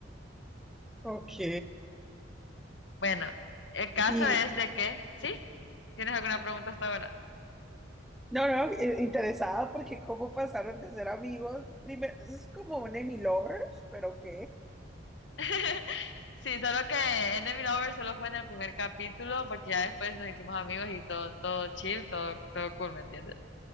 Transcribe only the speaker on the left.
Bueno, el caso
es de que, ¿sí? ¿Tienes alguna pregunta hasta ahora?
<laughs> Sí, solo que Enemy Lover solo fue en el primer capítulo, porque ya después nos hicimos amigos y todo, todo chill, todo, todo cool, ¿me entiendes?